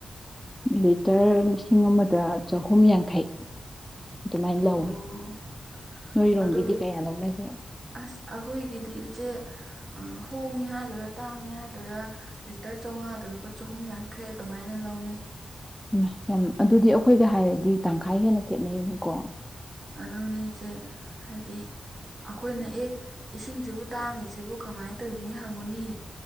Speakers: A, in the centre; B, on the right.
A: ꯂꯤꯇꯔ ꯂꯤꯁꯤꯡ ꯑꯃꯗ ꯆꯍꯨꯝ ꯌꯥꯡꯈꯩ ꯑꯗꯨꯃꯥꯏꯅ ꯂꯧꯋꯤ
B: ꯑꯣ
A: ꯅꯣꯏꯔꯣꯝꯒꯤꯗꯤ
B: ꯑꯗꯨ
A: ꯀꯌꯥ ꯂꯧꯅꯒꯦ
B: ꯑꯁ ꯑꯩꯈꯣꯏꯒꯤꯗꯤ ꯏꯆꯦ ꯍꯣꯡꯉꯤ ꯍꯥꯏꯗꯨꯔ ꯇꯥꯡꯉꯦ ꯍꯥꯢꯗꯨꯔ ꯂꯤꯇꯔ ꯆꯥꯎꯉꯥꯗ ꯂꯨꯄꯥ ꯆꯍꯨꯝ ꯌꯥꯡꯈꯩ ꯑꯗꯨꯃꯥꯏꯅ ꯂꯧꯅꯩ
A: ꯎꯝ ꯌꯥꯝ ꯑꯗꯨꯗꯤ ꯑꯩꯈꯣꯏꯒ ꯍꯥꯏꯔꯗꯤ ꯇꯪꯈꯥꯏ ꯍꯦꯟꯅ ꯈꯦꯠꯅꯩꯅꯤꯀꯣ
B: ꯑꯗꯨꯅꯤ ꯏꯆꯦ ꯍꯥꯏꯗꯤ ꯑꯩꯈꯣꯏꯅ ꯑꯦ ꯏꯁꯤꯡꯁꯤꯕꯨ ꯇꯥꯡꯉꯤꯁꯤꯕꯨ ꯀꯃꯥꯏꯅ ꯇꯧꯔꯤꯅꯤ ꯍꯪꯉꯨꯅꯤ